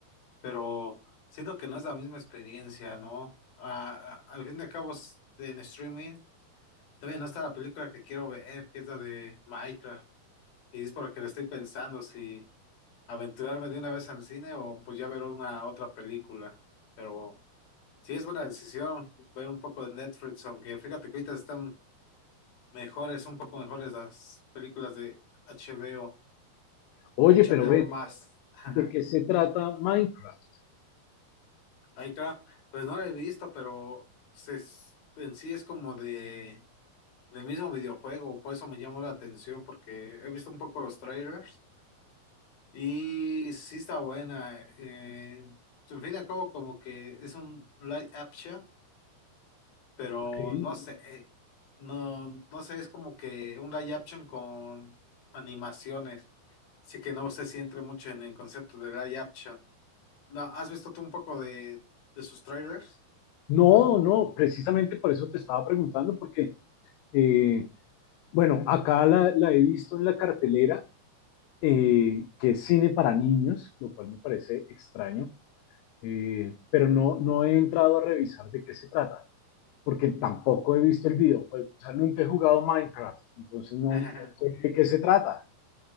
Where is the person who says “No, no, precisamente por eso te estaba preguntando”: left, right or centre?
Left